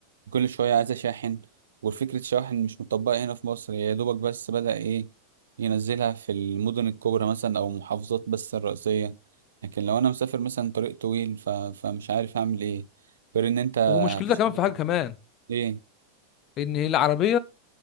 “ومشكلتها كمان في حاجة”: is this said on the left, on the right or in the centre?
Left